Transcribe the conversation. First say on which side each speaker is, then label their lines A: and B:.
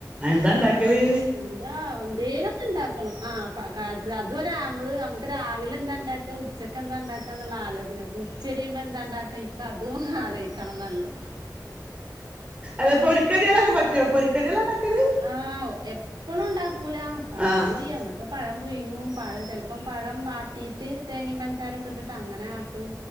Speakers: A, on the right; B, on the right.
A: എന്താണ്ടാക്കല്
B: എന്താ എന്തേലൊന്ന് ഉണ്ടാക്കണം ആ് അത്വരെ നമ്മള് നമുക്ക് രാവിലെ എന്താ ഉണ്ടാക്ക ഉച്ചക്ക്ന്താ ഉണ്ടാക്കാ എന്നുള്ള ആലോചന ചെരിയുമ്പ എന്താണ്ടാക്ക ഇപ്പ അതും ആലോയിക്കണംന്നല്ലോ
A: അത പൊരിക്കടികളൊക്കെ പറ്റുമോ പൊരിക്കടികള ണ്ടാക്കല്
B: ആഹ് എപ്പഴും ഉണ്ടാക്കൂല പഴംപൊരി
A: ആഹ്
B: അന്നൊക്കെ പഴം പുരിങ്ങും പഴം ചിലപ്പോ ഇപ്പം പഴം വാട്ടിയിട്ട് തേങ്ങയും പഞ്ചാരയൊക്കെ ഇട്ടിട്ട് അങ്ങനെ കാട്ടും